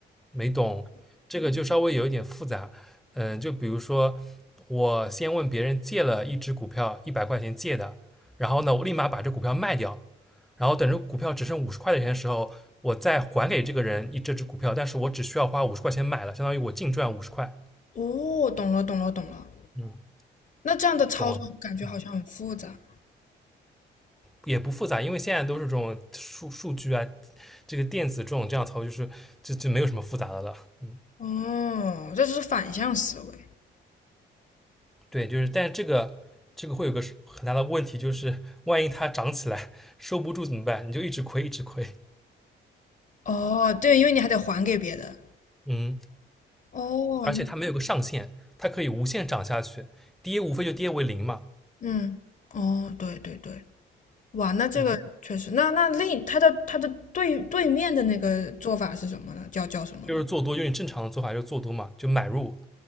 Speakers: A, in the centre; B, on the left.
A: 没懂这个就稍微有一点复杂。嗯，就比如说我先问别人借了一只股票一百块钱借的，然后呢我立马把这股票卖掉，然后等着股票只剩五十块钱的时候，我再还给这个人一这只股票，但是我只需要花五十块钱买了，相当于我净赚五十块。
B: 哦，懂了懂了懂了。
A: 嗯，
B: 那这样的操作感觉好像很复杂。
A: 懂了。嗯。也不复杂，因为现在都是这种数数据啊，这个电子这种这样操作，就是就就没有什么复杂的了。嗯，
B: 哦，这是反向思维。
A: 对，就是，但是这个这个会有个很大的问题，就是万一它涨起来收不住怎么办？你就一直亏，一直亏。
B: 哦，对，因为你还得还给别人。
A: 嗯，
B: 哦，
A: 而且它没有个上限，它可以无限涨下去，跌无非就跌为零嘛。
B: 嗯，哦，对对对，哇，那这个确实，
A: 嗯，
B: 那那另他的他的对对面的那个做法是什么呢？叫叫什么呢？
A: 就是做多，用你正常的做法就是做多嘛，就买入，